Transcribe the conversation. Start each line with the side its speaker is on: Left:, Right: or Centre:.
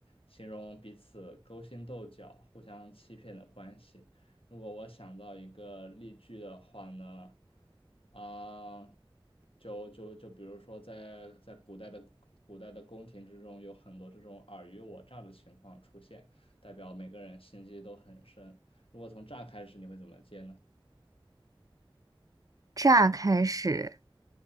Left: 形容彼此勾心斗角、互相欺骗的关系。如果我想到一个例句的话呢，啊、就就就比如说在在古代的古代的宫廷之中，有很多这种尔虞我诈的情况出现。代表每个人心机都很深。如果从这儿开始，你会怎么接呢？
Right: 乍开始，